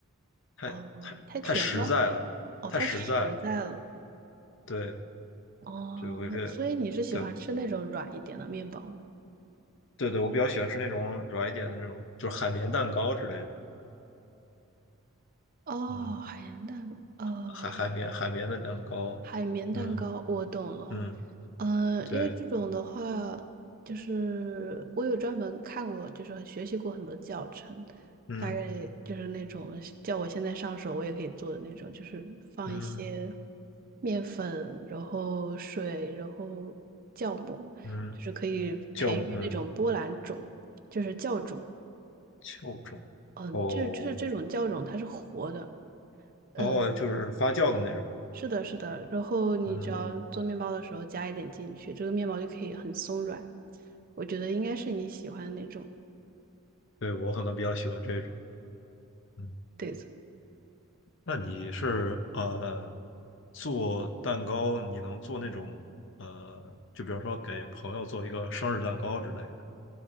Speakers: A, on the left; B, on the right.
A: 太太太实在了，
B: 哦，太甜了，哦，
A: 太实在了。
B: 太实在了，
A: 对，
B: 哦，
A: 就我觉得，
B: 所以你是喜欢吃那种软一点的面包吗？
A: 对对对，我比较喜欢吃那种软一点的那种，就是海绵蛋糕之类的。
B: 哦，
A: 嗯，
B: 海盐蛋，呃，
A: 海海绵海绵的蛋糕。
B: 海绵蛋糕，
A: 嗯
B: 我懂了。
A: 嗯，
B: 呃，
A: 对，
B: 因为这种的话，就是我有专门看过，就是学习过很多教程，
A: 嗯
B: 大概就是那种叫我现在上手我也可以做的那种，就是放一些
A: 嗯
B: 面粉，然后水，然后酵母，
A: 嗯。
B: 就是可以培育那种波兰种，
A: 酵母，嗯
B: 就是酵种。
A: 酵种哦
B: 嗯、这就是这种酵种它是活的。嗯。
A: 哦，就是发酵的那种。
B: 是的，是的。然后你只要做面包的时候加一点进去，
A: 嗯，
B: 这个面包就可以很松软。我觉得应该是你喜欢的那种
A: 对，我可能比较喜欢这种。嗯，
B: 对子。
A: 那你是呃做蛋糕，你能做那种呃，就比如说给朋友做一个生日蛋糕之类的。